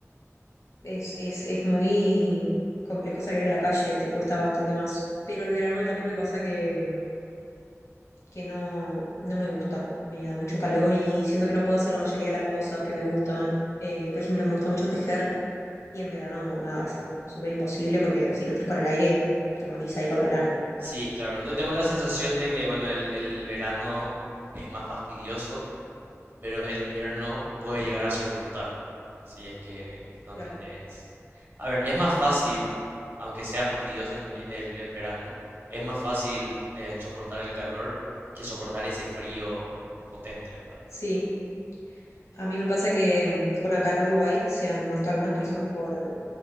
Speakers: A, on the left; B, on the right.
A: es, es, es muy complejo salir a la calle, te cuesta bastante más. Pero el verano también me pasa que, mm, que no, no me gusta, me da mucho calor y siento que no puedo hacer la mayoría de las cosas que me gustan. Eh, por ejemplo, me gusta mucho tejer y en verano, nada, es como súper imposible porque si no estás con el aire, te morís ahí con la lana.
B: Sí, claro. Yo tengo la sensación de que, bueno, el, el verano es más fastidioso, pero el invierno puede llegar a ser brutal. Si es que no
A: Claro.
B: tenés... A ver, es más fácil, aunque sea fastidioso el, invie- el, el verano, es más fácil eh, soportar el calor que soportar ese frío potente, ¿verdad?
A: Sí. A mí me pasa que, mm, bueno, acá en Uruguay se han muerto algunas personas por,